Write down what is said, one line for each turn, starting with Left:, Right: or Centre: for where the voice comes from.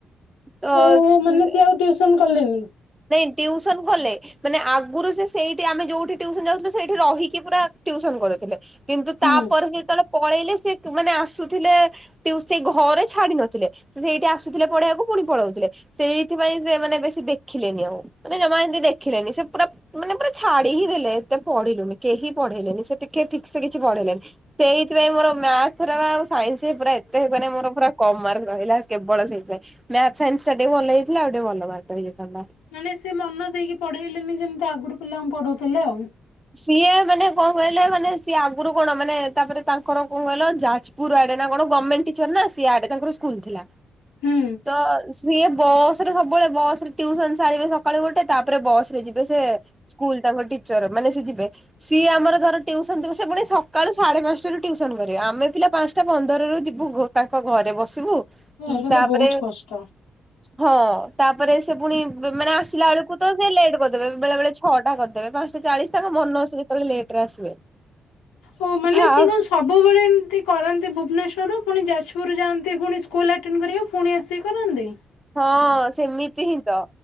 Right: ତ
Left: ଓହୋ ମାନେ ସିଏ ଆଉ ଟ୍ୟୁସନ କଲେନି?
Right: ନାଇଁ ଟିଉସନ କଲେ। ମାନେ ଆଗରୁ ସେ ସେଇଠି ଆମେ ଯୋଉଠି ଟ୍ୟୁସନ ଯାଉଥିଲୁ ସେଇଠି ରହିକି ପୁରା ଟିଉସନ କରଉଥିଲେ। କିନ୍ତୁ
Left: ହୁଁ।
Right: ତାପରେ ସେ ଯେତେବେଳେ ପଳେଇଲେ ସେ ଆ ମାନେ ଆସୁଥିଲେ ଟ୍ୟୁ ସେଇ ଘରେ ଛାଡି ନଥିଲେ। ସେ ସେଇଠି ଆସୁଥିଲେ ପଢେଇବାକୁ ପୁଣି ପଳଉଥିଲେ। ସେଇଥିପାଇଁ ସେ ମାନେ ବେଶୀ ଦେଖିଲେନି ଆଉ। ମାନେ ଜମା ଏମତି ଦେଖିଲେନି ସେ ପୁରା ମାନେ ପୁରା ଛାଡି ହିଁ ଦେଲେ ଏତେ ପଢିଲୁନି କେହି ପଢେଇଲେନି। ସେ ଟିକେ ଠିକ ସେ କିଛି ପଢେଇଲେନି। ସେଇଥିପାଇଁ ମୋର ମ୍ୟାଥ ର ଆଉ ସାଇନ୍ସ ପୁରା ଏତେ ମାନେ ମୋର ପୁରା କମ ମାର୍କସ ରହିଲା କେବଳ ସେଇଥିପାଇଁ। ମ୍ୟାଥ୍ ସାଇନ୍ସ ଟା ଭଲ ହେଇଥିଲେ ଆଉ ଟିକେ ଭଲ ମାର୍କ ହୋଇଯାଇଥାଆନ୍ତା।
Left: ମାନେ ସେ ମନ ଦେଇକି ପଢେଇଲେନି ଯେମିତି ଆଗରୁ ପିଲାଙ୍କୁ ପଢ଼ଉଥିଲେ ଆଉ।
Right: ସିଏ ମାନେ କଣ କହିଲେ ମାନେ ସିଏ ଆଗରୁ କଣ ମାନେ ତାପରେ ତାଙ୍କର କଣ କହିଲ ଯାଜ ପୁର ଆଡେ ନା କଣ ଗମେଣ୍ଟ ଟିଚର ନା ସ ଆଡେ ତାଙ୍କର ସ୍କୁଲ ଥିଲା
Left: ହୁଁ।
Right: ତ ସିଏ ବସ ରେ ସବୁବେଳେ ବସ ରେ ଟିୟୁସନ ସାରିବେ ସକାଳୁ ଗୋଟେ ତାପରେ ବସରେ ଯିବେ ସେ ସ୍କୁଲ୍ ତାଙ୍କ ଟିଚର ମାନେ ସେ ଯିବେ ସିଏ ଆମର ଧର ଟିଉସନ ଦେବେ ସେପୁଣି ସକାଳୁ ସାଢେ ପାଞ୍ଚଟାରୁ ଟିଉସନ କରିବେ ଆମେ ପିଲା ପାଞ୍ଚଟା ପନ୍ଦରରୁ ଯିବୁ ଭୋ ତାଙ୍କ ଘରେ ବସିବୁ
Left: ଓ
Right: ଉଁ
Left: ଏଇଟା
Right: ତାପରେ
Left: ତ ବହୁତ କଷ୍ଟ।
Right: ହଁ ତାପରେ ସେପୁଣି ମାନେ ଆସିଲା ବେଳକୁତ ସେ ଲେଟ୍ କରିଦେବେ ବେଳେ ବେଳେ ଛଅଟା କରିଦେବେ ପାଞ୍ଚଟା ଚାଳିଶି ତାଙ୍କ ମନ ସେକେତେଳେ ଲେଟରେ ଆସିବେ।
Left: ହଁ ମାନେ
Right: ଥାଉ
Left: ସେ ସବୁବେଳେ ଏମିତି କରନ୍ତି ଭୁବନେଶ୍ୱରରୁ ପୁଣି ଯାଜପୁରରୁ ଯାଆନ୍ତି ପୁଣି ସ୍କୁଲ ଆଟେଣ୍ଡ କରିବାକୁ। ପୁଣି ଆସିକି କରନ୍ତି?
Right: ହଁ ସେମିତି ହିଁତ।